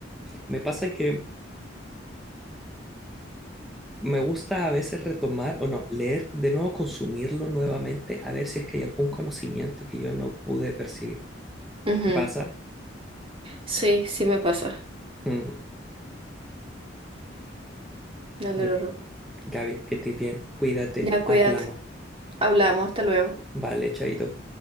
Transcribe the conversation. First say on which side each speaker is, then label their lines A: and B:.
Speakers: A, in the centre; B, on the right (about 30°).
A: Me pasa que me gusta a veces retomar, o no, leer de nuevo, consumirlo nuevamente, a ver si es que hay algún conocimiento que yo no pude percibir.
B: Ujú.
A: ¿Te pasa?
B: Sí, sí me pasa.
A: <laughs>
B: Dale,
A: Yo,
B: Rorro.
A: Gaby, que estés bien. Cuídate.
B: Ya cuídate.
A: Hablamos.
B: Hablamos, hasta luego.
A: Vale, chaito.